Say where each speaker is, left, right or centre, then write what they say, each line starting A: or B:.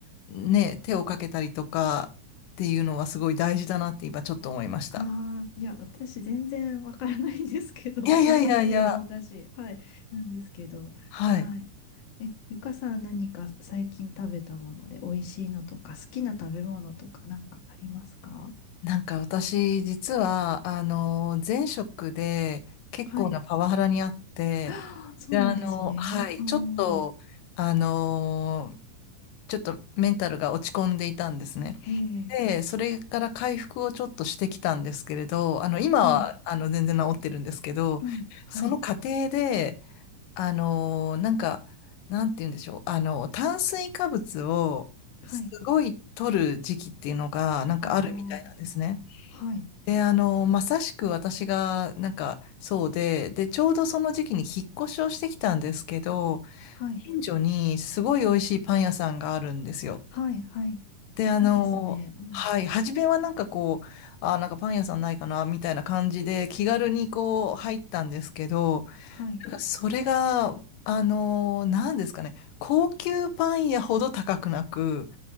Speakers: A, on the left (about 80°); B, on the left (about 45°).
A: ね、手をかけたりとかっていうのはすごい大事だなって今ちょっと思いました。
B: ああ、いや、私全然わからないんですけど、<laughs>
A: いやいやいやいや、
B: 食べる専門だし、はい、なんですけど、
A: はい。
B: はい。え、ゆかさん何か最近食べたもので美味しいのとか、好きな食べ物とかなんかありますか
A: なんか私、実は、あの、前職で結構なパワハラにあって、
B: はい。あーそうなんですね。
A: で、あの、はい、
B: うん。
A: ちょっと、あの、ちょっとメンタルが落ち込んでいたんですね。
B: ええ、
A: で、それから回復をちょっとしてきたんですけれど、あの、今は、
B: はい。
A: あの、全然治ってるんですけど、
B: うん、はい。
A: その過程で、あの、なんか、なんて言うんでしょう、あの、炭水化物をすごい取る時期っていうのが、
B: はい。
A: なんかあるみたいなんですね。
B: ああ、はい。
A: で、あの、まさしく私が、なんか、そうで、で、ちょうどその時期に引っ越しをしてきたんですけど、
B: はい。
A: 近所にすごい美味しいパン屋さんがあるんですよ。
B: はい、はい。
A: で、あの、
B: いいですね。うん。
A: はい、初めはなんかこう、あ、なんかパン屋さんないかな、みたいな感じで、気軽にこう、入ったんですけど、
B: はい。
A: なんかそれが、あの、なんですかね、高級パン屋ほど高くなく、